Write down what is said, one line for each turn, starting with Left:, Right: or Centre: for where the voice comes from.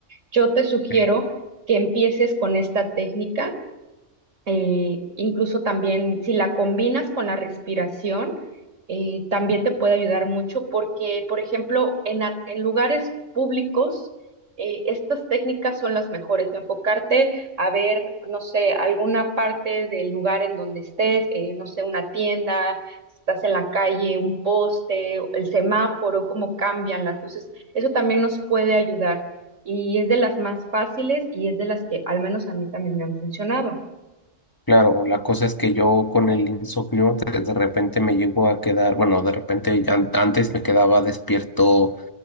Right: Yo te sugiero
Left: Sí,
Right: que empieces con esta técnica eh, incluso también si la combinas con la respiración, eh, también te puede ayudar mucho porque, por ejemplo, en, a- en lugares públicos, eh, estas técnicas son las mejores. Enfocarte a ver, no sé, alguna parte del lugar en donde estés, eh, no sé, una tienda, si estás en la calle, un poste, el semáforo, cómo cambian las luces. Eso también nos puede ayudar y es de las más fáciles y es de las que al menos a mí también me han funcionado.
Left: claro, la cosa es que yo con el insomnio de de repente me llego a quedar, bueno, de repente ya an- antes me quedaba despierto,